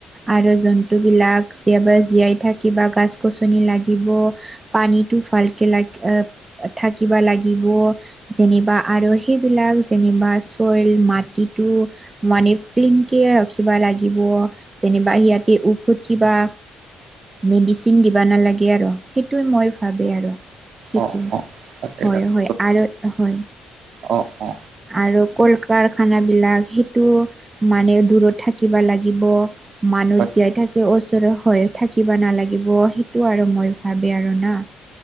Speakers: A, on the right; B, on the right.
A: আৰু জন্তু বিলাক জীয়াই বাই জীয়াই থাকিব বা গছ-গছনি লাগিব। পানীটো ভালকে লাগি থাকিব লাগিব। যেনিবা আৰু সেইবিলাক যেনিবা চইল মাটিটো মানে ক্লিন কেয়াৰ ৰাখিব লাগিব যেনিবা সিহঁতে উখুত কিবা মেডিচিন দিব নালাগে আৰু সেইটোৱে মই ভাবে আৰু সেইটোৱে,
B: অ অ তাকে
A: হয়
B: তাকে
A: হয় আৰু হয়।
B: অ অ
A: আৰু কল-কাৰখানাবিলাক সেইটো মানে দূৰত থাকিব লাগিব। মানুহ
B: তাকে
A: জীয়াই থাকে ওচৰ হৈ থাকিব নালাগিব সেইটো আৰু মই ভাবে আৰু না